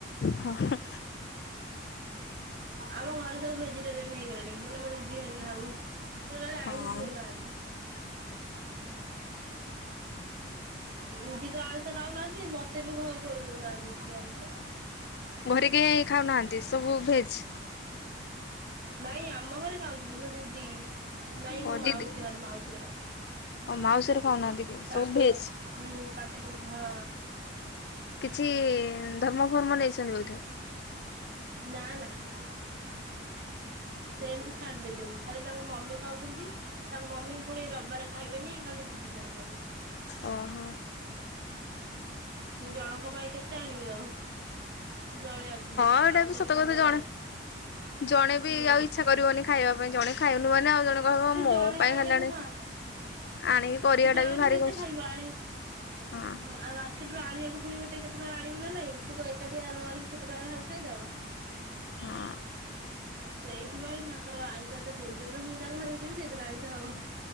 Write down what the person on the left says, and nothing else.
ହା ହା।
ହଁ
ଘରେ କେହି ଖାଉନାହାନ୍ତି। ଏ ସବୁ ଭେଜ।
ଓ
ଦିଦି
ଓ ମାଉସୀ ଘରେ ଖାଉନାହାନ୍ତି କେହି
ସବୁ ଭେଜ୍?
କିଛି ଧର୍ମଫର୍ମ ନେଇଛନ୍ତି ବୋ ଧେ
ଓହୋ।
ଆଉ ଏଇଟା ବି
ସତ
କଥା ଜଣେ ଜଣେ ବି
ଆଉ ଇଛା କରିବନି ଖାଇବା ପାଇଁ ଜଣେ ଖାଇନୁ ମାନେ ଆଉ ଜଣେ କହିବ
ମୋ
ପାଇଁ
ଖାଇଲାଣି
ଆଣିକି କରିବା
ଟା ବି ଭାରି
କଷ୍ଟ
ହଁ।
ହଁ।